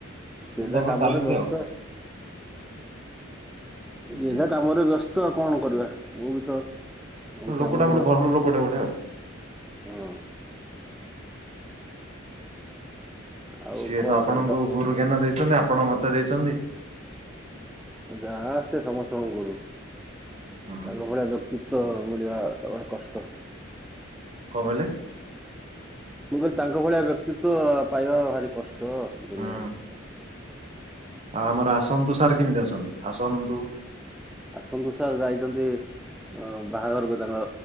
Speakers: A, in the centre; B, on the right.
A: ଯିଏ
B: ଏମିତି
A: ଯା
B: ତାଙ୍କର
A: କାମରେ
B: ଚାଲିଛି
A: ବ୍ୟସ୍ତ।
B: ଆଉ ହୁଁ
A: ଯେଝା କାମରେ ବ୍ୟସ୍ତ ଆଉ କଣ କରିବା? ମୁଁ ବି ତ
B: ଲୋକଟା
A: କାମରେ
B: ଗୋଟେ
A: ବ୍ୟସ୍ତ।
B: ଭଲ ଲୋକଟେ ପଠାଅ।
A: ହଁ। ଆଉ
B: ସିଏ
A: କଣ
B: ତ ଆପଣଙ୍କୁ
A: କା
B: ଗୁରୁ ଜ୍ଞାନ ଦେଇ ଚନ୍ତି ଆପଣ ମତେ ଦେଇଚନ୍ତି।
A: ଯା ଆସେ ସମସ୍ତଙ୍କୁ ଗୁରୁ
B: କଣ
A: ତାଙ୍କ ଭଳିଆ ଲୋ ତ ମିଳିବା ଭାରି କଷ୍ଟ।
B: କଅଁ କହିଲେ?
A: ମୁଁ କହିଲି ତାଙ୍କ ଭଳିଆ ବ୍ୟକ୍ତିତ ପାଇବା ଭାରି କଷ୍ଟ ଦୁନିଆରେ।
B: ହୁଁ ଆଉ ଆମର ଆସନ୍ତୁ ସାର୍ କେମିତି ଅଛନ୍ତି ଆସନ୍ତୁ।
A: ଆସନ୍ତୁ ସାର୍ ଯାଇଛନ୍ତି ହ ବାହାଘର ବି ତାଙ୍କ